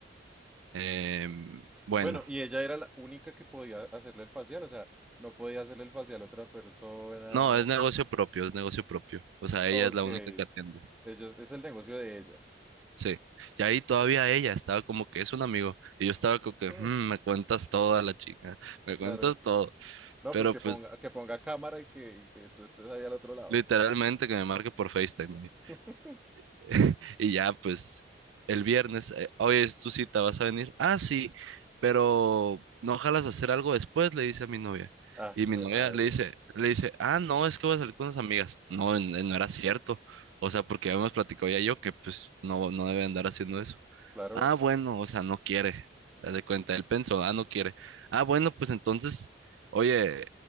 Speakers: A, on the right; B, in the centre.
A: Em, bueno,
B: Bueno, y ella era la única que podía hacerle el facial, o sea, no podía hacerle el facial a otra persona.
A: no, es negocio propio, es negocio propio. O sea,
B: Ok,
A: ella es la
B: ella
A: única que atiende.
B: es, es el negocio de ella. <laughs>
A: Sí, y ahí todavía ella estaba como que es un amigo, y yo estaba como que,
B: Hmm,
A: "Mm, me cuentas toda la chica, me
B: claro.
A: cuentas todo,
B: No,
A: pero
B: pues que
A: pues
B: ponga, que ponga cámara y que, y que tú estés ahí al otro lado.
A: literalmente que me marque por FaceTime.
B: <laughs>
A: <laughs> Y ya, pues, el viernes, eh, oye, es tu cita, ¿vas a venir? Ah, sí, pero no ojalas hacer algo después, le dice a mi novia.
B: Ah,
A: Y mi
B: güey,
A: novia
B: madre.
A: le dice, le dice, ah, no, es que voy a salir con unas amigas. No, en- en- no era cierto. O sea, porque habíamos platicado ya yo que pues no, no debe andar haciendo eso.
B: Claro.
A: Ah, bueno, o sea, no quiere. Haz de cuenta, él pensó, ah, no quiere. Ah, bueno, pues entonces, oye,